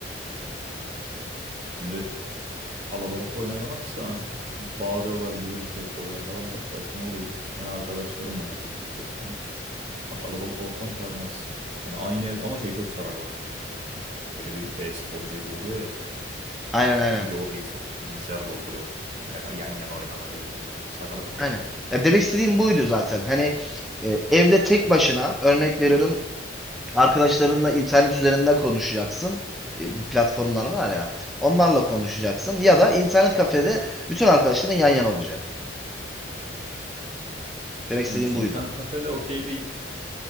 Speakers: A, on the right; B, in the centre.
A: Şimdi kalabalıkta oyun oynamak istemem çünkü bağırıyorlar, gürültü yapıyorlar falan. Tek başıma olayım. Hani arkadaşlarımla gireyim gireceksem. Ama kalabalık ortam sarmaz. Hani aynı ev ama şey çok sarar bak. Şöyle bir e-spor cebi oluyor ya.
B: Aynen
A: millet-
B: aynen.
A: Bir odayı sırf bilgisayar dolduruyorsun. Ya- Yan yana oynamaca bile. O sarardı bak.
B: Aynen. Ya demek istediğim buydu zaten. Hani e, evde tek başına örnek veriyorum arkadaşlarınla internet üzerinde konuşacaksın. E, bu platformlar var ya. Onlarla konuşacaksın ya da internet kafede bütün arkadaşların yan yana olacak. Demek istediğim
A: Yok işte
B: buydu.
A: internet kafede okey değil.